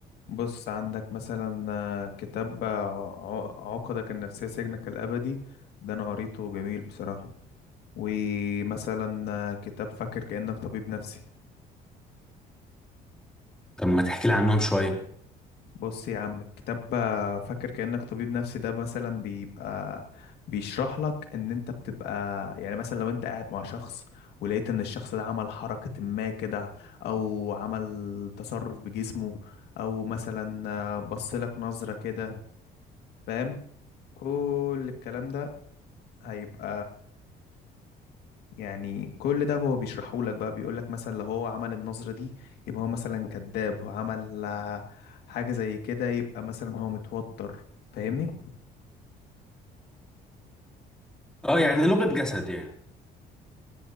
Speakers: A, on the left; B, in the centre.
A: بص عندك مثلا آه، كتاب آه، ع- عقدك النفسية سجنك الأبدي ده أنا قريته جميل بصراحة ومثلا آه، كتاب فاكر كأنك طبيب نفسي
B: طب ما تحكي لي عنهم شويه
A: بص يا عم كتاب آه، فاكر كأنك طبيب نفسي ده مثلا بيبقى بيشرح لك ان انت بتبقى يعني مثلا لو انت قاعد مع شخص ولقيت ان الشخص ده عمل حركة ما كده او عمل تصرف بجسمه او مثلا آه، بص لك نظرة كده فاهم كل الكلام ده هيبقى يعني كل ده هو بيشرحه لك بقى بيقول لك مثلا لو هو عمل النظرة دي يبقى هو مثلا كذاب هو عمل آه، حاجة زي كده يبقى مثلا هو متوتر فاهمني
B: اه يعني لغه جسد يعني